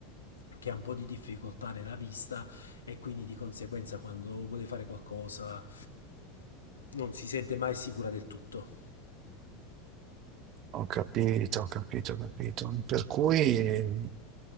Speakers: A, on the left; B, on the right.
A: che ha un po' di difficoltà nella vista e quindi di conseguenza quando vuole fare qualcosa non si sente mai sicura del tutto.
B: Ho capito, ho capito, ho capito. Per cui eh,